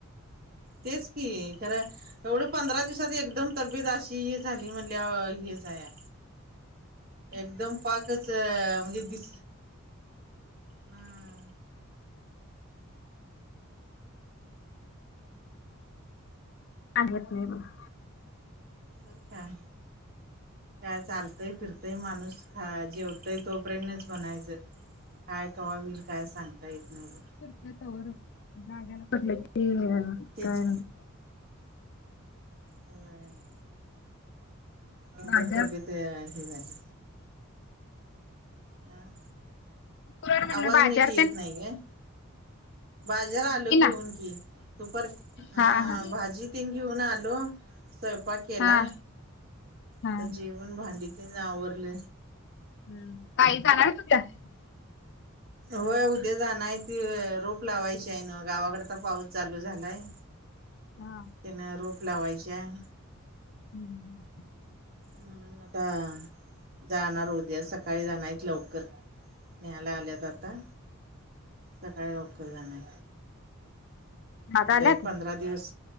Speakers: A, on the right; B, on the left.
A: तेच की खरं एवढी पंधरा दिवसात एकदम तब्येत अशी हे झाली म्हणल्या वर हेच आहे.
B: हं <unintelligible>
A: एकदम पाकच म्हणजे दिस हा
B: आग होत नाही बघ <unintelligible>
A: तर काय काय चालतंय फिरतंय माणूस ख जेवतय तो तोपर्यंत म्हणायचं काय कवा होईल काय सांगता येत नाही.
B: ते तवर जाग्याला पडलकी
A: तेच
B: काय नाय <unintelligible>
A: होय. एकदम
B: बाजार
A: तब्येत हे झाली. अं
B: कुरड म्हणलं
A: आवाज
B: बाजार
A: नीट येत
B: तेन
A: नाहीये. बाजर आलो
B: येती ना
A: घेऊन की. दुपारी
B: हा
A: अं
B: हा
A: भाजी तेन घेऊन आलो स्वयंपाक केला.
B: हा हा
A: आता जेवण भांडी तेन आवरल.
B: हम्म काही जाणार तुझ्या <unintelligible>
A: होय उद्या जाणार ते रोप लावायचीय नवं गावाकड. आता पाऊस चालू झालाय,
B: हा
A: त्यानं रोप लावायची हाय.
B: हम्म.
A: म्हणून आता जाणार उद्या सकाळी जाणार आहेत लवकर. न्यायला आल्यात आता, सकाळी लवकर जाणार.
B: दादा
A: आता
B: आल्यात?
A: एक पंधरा दिवस